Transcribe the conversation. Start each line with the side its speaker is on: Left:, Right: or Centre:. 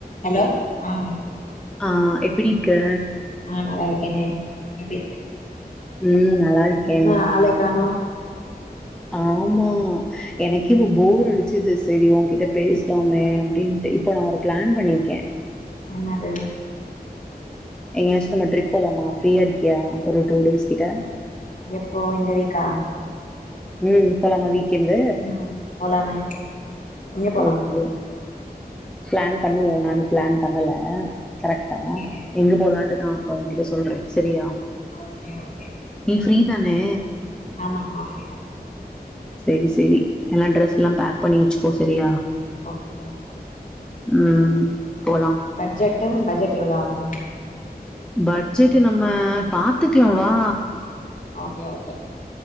Left: Hello ஆஹ
Centre: ஆஹ எப்டி இருக்க
Left: ஆஹ நல்லா இருக்கேன் நீ எப்டி இருக்க
Centre: ம் நல்லா இருக்கே
Left: என்ன ஆளே காணோம்
Centre: ஆமா எனக்கே
Left: ம்
Centre: இப்ப போர் அ வச்சது செரி உங்கிட்ட பேசலாமே அப்டின்ட்டு இப்போ நா ஒரு பிளான் பண்ணிருக்கேன்
Left: என்னது
Centre: எங்கயாச்சும் நம்ம ட்ரிப் போகலாமா ஃப்ரீயா இருக்கியா ஒரு டூ டேஸ்கிட்ட
Left: எப்போ இந்த வீக்கா
Centre: உம் போலாம் பிரீ இந்த
Left: ம் போலாமே எங்க போலா
Centre: ஓகே பிளான் பண்ணுவோம் நான் இன்னும் பிளான் பண்ணல கரெக்ட்டா
Left: ஓகே
Centre: எங்க போலான்ட்டுதான் அப்போ உன் கிட்ட சொல்றேன் செரியா
Left: ஓகே ஓகே
Centre: ஃப்ரீ தானே
Left: ஆமா ஆமா ஃப்ரீ தான்
Centre: செரி செரி எல்லாம் டிரெஸ் எல்லாம் பேக் பண்ணி வச்சு போ சேரியா
Left: ஓகே
Centre: ம் போலா
Left: பட்ஜெட்டு பட்ஜெட் எவ்ளோ ஆ கு
Centre: பட்ஜெட்டு நம்ம பாத்துக்கலா வா
Left: ஓகே ஓகே